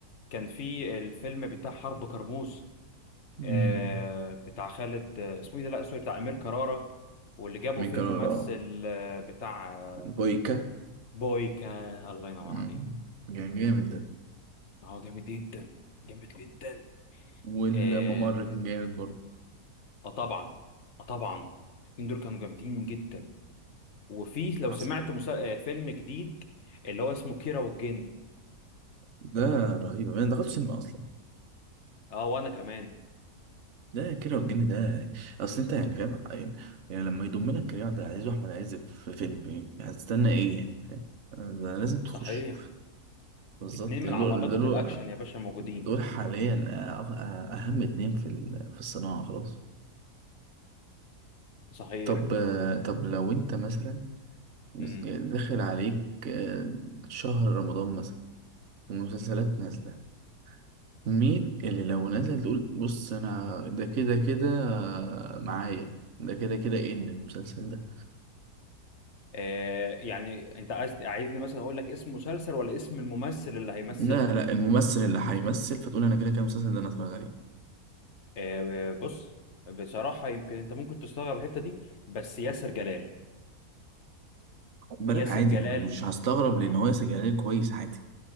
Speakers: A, on the left; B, on the right.
A: كان في الفيلم بتاع حرب كرموز
B: امم
A: آه، بتاع خالد آه، اسمه ايه ده لا سوري بتاع امير كرارة واللي جابوا
B: ميكانول
A: فيه الممثل
B: اه
A: آه، بتاع آه،
B: بويكا
A: بويكا الله ينور
B: مم.
A: عليك
B: كان جامد ده
A: هو جامد جدا جامد جدا
B: والممر
A: اه
B: كان جامد برضه
A: آه طبعا اه طبعا الاثنين دول كانوا جامدين جدا وفي لو
B: حصل
A: سمعت مسل... آه فيلم جديد اللي هو اسمه كيرة والجن
B: ده رهيب انا دخلت سينما اصلا
A: اه وانا كمان
B: ده كده والجن ده اصل انت يعني فاهم يعني, يعني لما يضم لك كريم عبد العزيز واحمد عز في فيلم يعني هتستنى ايه يعني فاهم آه، ده لازم تخش
A: صحيح
B: بالظبط
A: اتنين من
B: ده له
A: عمالقة الاكشن يا باشا موجودين
B: دول حاليا آه، آه، اهم اتنين في ال- في الصناعة خلاص
A: صحيح
B: طب آه، طب لو انت مثلا بس-
A: مم.
B: داخل عليك آه، شهر رمضان مثلا والمسلسلات نازلة مين اللي لو نزل تقول بص انا ده كده كده آه، معايا ده كده كده ايه ان المسلسل ده
A: آه يعني انت عايز عايزني مثلا اقول لك اسم مسلسل ولا اسم الممثل اللي هيمثل
B: لا لا الممثل اللي هيمثل فتقول انا كده كده المسلسل ده انا اتفرج عليه
A: آه بص بصراحة يمكن انت ممكن تستغرب الحتة دي بس ياسر جلال
B: خد بالك
A: ياسر
B: عادي
A: جلال
B: انا مش هستغرب
A: اه
B: لان هو ياسر جلال كويس عادي